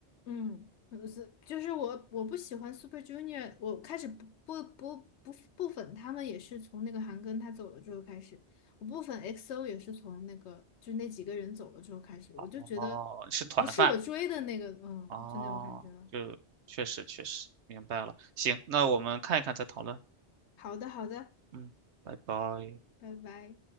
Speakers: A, on the left; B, on the right.
A: 嗯，不是，就是我我不喜欢 Super Junior，我开始不不不不不粉他们也是从那个韩庚他走了之后开始，我不粉 XO 也是从那个就那几个人走了之后开始，我就觉得不是我追的那个，
B: 哦，是团饭。
A: 嗯，
B: 哦，
A: 就那种感觉了。
B: 就确实确实明白了。行，那我们看一看再讨论。
A: 好的，好的，
B: 嗯，拜拜。
A: 拜拜。